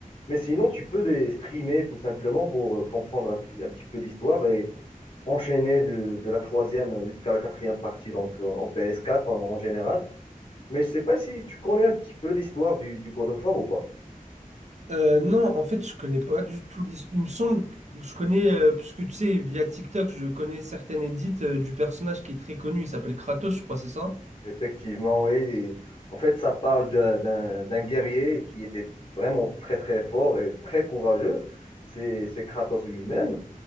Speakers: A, on the left; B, on the right.
A: mais sinon tu peux les streamer tout simplement pour euh, comprendre un petit, un petit peu l'histoire et enchaîner de, de la troisième jusqu'à la quatrième partie, donc euh, en PS4 en, en général. Mais je sais pas si tu connais un petit peu l'histoire du, du God of War ou pas.
B: Euh, non, en fait, je connais pas du tout l'histoire. Il me semble que je connais, euh, parce que tu sais, via TikTok, je connais certaines edits euh, du personnage qui est très connu. Il s'appelle Kratos, je crois, c'est ça?
A: Effectivement, oui. Et En fait, ça parle d'un d'un- d'un guerrier qui était vraiment très très fort et très courageux. C'est c'est Kratos lui-même.